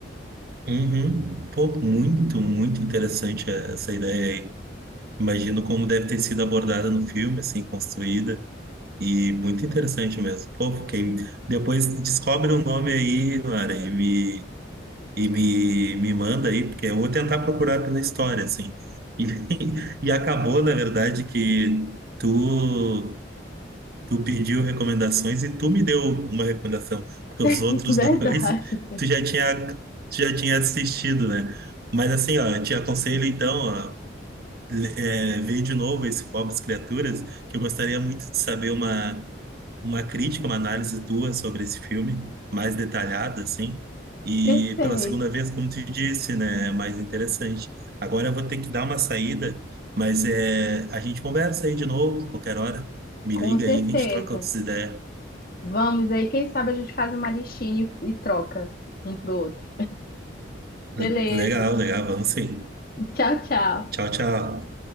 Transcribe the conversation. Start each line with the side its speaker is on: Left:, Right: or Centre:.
Right: Uhum. Pô, muito, muito interessante essa ideia aí. Imagino como deve ter sido abordada no filme, assim, construída. E muito interessante mesmo. Pô, fiquei... Depois descobre o nome aí, Mara, e me, e me, me manda aí, porque eu vou tentar procurar pela história, assim. E, <laughs> e acabou, na verdade, que tu, tu pediu recomendações e tu me deu uma recomendação, porque
Left: É
Right: os outros
Left: Verdade.
Right: <laughs> dois tu já tinha, tu já tinha assistido, né? Mas assim, ó, eu te aconselho então, ó, é, ver de novo esse Pobres Criaturas, que eu gostaria muito de saber uma, uma crítica, uma análise tua sobre esse filme, mais detalhada, assim. E
Left: Perfeito,
Right: pela segunda vez, como tu disse, né, é mais interessante. Agora eu vou ter que dar uma saída, mas é, a gente conversa aí de novo, qualquer hora. Me
Left: com
Right: liga
Left: certeza.
Right: aí que a gente troca outras ideias.
Left: Vamos aí, quem sabe a gente faz uma listinha e e troca um pro outro. Beleza.
Right: L- Legal, legal, vamos sim.
Left: <laughs> Tchau, tchau.
Right: Tchau, tchau.